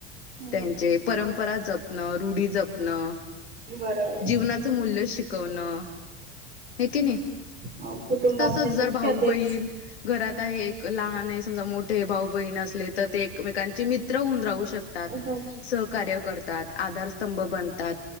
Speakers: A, on the right (about 30°); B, on the left (about 75°).
A: हो
B: त्यांचे परंपरा जपणं रूढी जपणं.
A: बरोबर.
B: जीवनाचं मूल्य शिकवणं हे की नाही.
A: हो कुटुंबातले
B: तसच
A: मुख्य
B: जर भाऊ
A: तेच
B: बहीण घरात आहे एक लहान समजा मोठे भाऊ बहीण असले तर ते एकमेकांचे मित्र होऊन राहू शकत. सहकार्य
A: जाऊ शकतो.
B: करतात आधारस्तंभ बनतात.